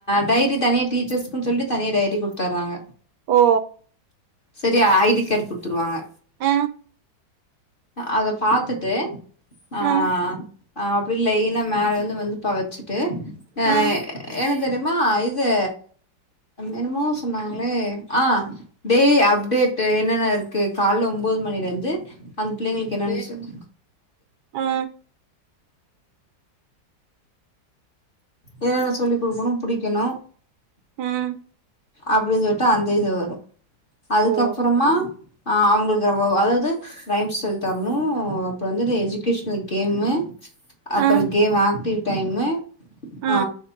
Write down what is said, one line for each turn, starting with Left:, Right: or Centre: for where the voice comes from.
Left: டைரி தனியே டீச்சர்ஸ்க்குன் சொல்லி தனியா டைரி கொடுத்தர்றாங்க
Right: ஓ
Left: சரியா ஐடி கார்ட் குடுத்துருவாங்க
Right: அ
Left: அத பாத்துட்டு ஆ
Right: அ
Left: அப்டி இல்ல மேல இருந்து வந்து தொவச்சு ட்டு ஆ
Right: அ
Left: எனக் தெரிமா இது என்னமோ சொன்னாங்களே ஆ டெ அப்டேட் என்னென்ன இருக்கு கால்ல ஒன்பது மணிலருந்து அந்த ப்ள்ளைங்களுக்கு என்ன லஞ்
Right: அ
Left: என்னென்ன சொல்லி் கொடுக்கணு புடிக்கணு
Right: ம்
Left: அப்டின் சொல்ட்டு அந்த இது வரு அதுக்கப்பறமா
Right: ஓ
Left: ஆ அவங்களுக்கு உ அதாவது ரைம்ஸ் சொல்லி தரணு அப்றோ வந்துட் எஜுகேஷனல் கேமு
Right: அ
Left: அப்ற கேம் ஆக்டிவ் டைமு
Right: அ
Left: ஆ